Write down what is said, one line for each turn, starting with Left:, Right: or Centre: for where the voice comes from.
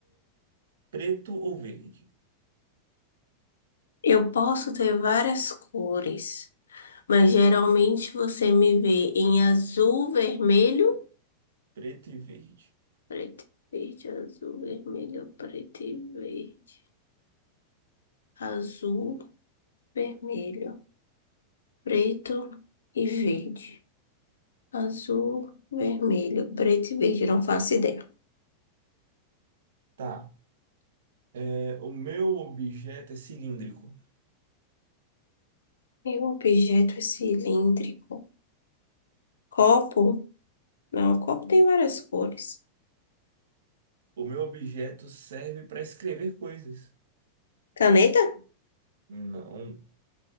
Right: preto ou verde.
Left: Eu posso ter várias cores, mas geralmente você me vê em azul, vermelho,
Right: Preto e verde.
Left: preto e verde, azul, vermelho, preto e verde. Azul, vermelho, preto e verde. Azul, vermelho, preto e verde. Não faço ideia.
Right: Tá. É, o meu objeto é cilíndrico.
Left: Meu objeto é cilíndrico. Copo? Não, o copo tem várias cores.
Right: O meu objeto serve para escrever coisas.
Left: Caneta?
Right: Não,